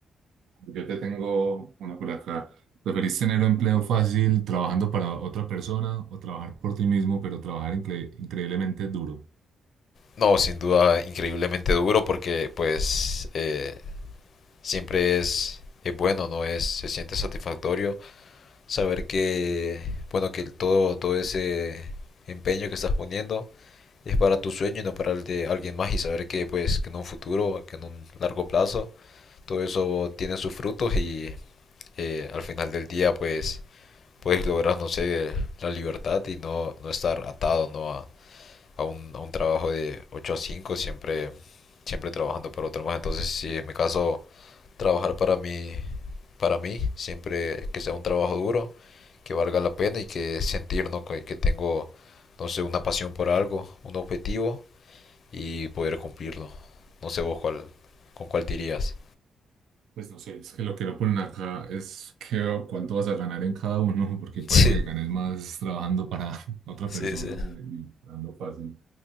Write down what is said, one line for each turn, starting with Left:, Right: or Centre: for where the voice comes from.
Right: Yo te tengo una por acá. ¿Preferís tener un empleo fácil trabajando para otra persona o trabajar por ti mismo, pero trabajar incre- increíblemente duro?
Left: No, sin duda, increíblemente duro porque pues eh, siempre es, es bueno, ¿no? Es, se siente satisfactorio saber que, bueno, que el todo, todo ese empeño que estás poniendo es para tu sueño y no para el de alguien más y saber que pues que en un futuro, que en un largo plazo, todo eso tiene sus frutos y eh, al final del día pues puedes lograr, no sé, la libertad y no, no estar atado, ¿no? A, a un, a un trabajo de 8 a 5 siempre siempre trabajando para otro más. Entonces, si en mi caso trabajar para mí, para mí, siempre que sea un trabajo duro, que valga la pena y que sentir ¿no? que, que tengo, no sé, una pasión por algo, un objetivo y poder cumplirlo. No sé vos cuál, con cuál te irías.
Right: Pues no sé, es que lo que no ponen acá es que cuánto vas a ganar en cada uno, <laughs> porque puede
Left: <laughs>
Right: que ganes más trabajando para <laughs> otra
Left: Sí,
Right: persona
Left: sí, sí.
Right: y dando fácil.